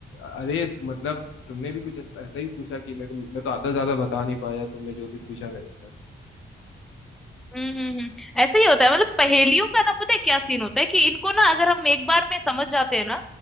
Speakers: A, on the left; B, in the centre.
A: अरे त- मतलब तुमने भी कुछ ऐसा ऐसा ही पूछा कि मेरे को मैं तो आधा ज्यादा बता नहीं पाया तुमने जो भी पूछा मेरे से
B: हम्म हम्म हम्म। ऐसे ही होता है मतलब पहेलियों का ना पता है क्या सीन होता है कि इनको ना अगर हम एक बार में समझ जाते हैं ना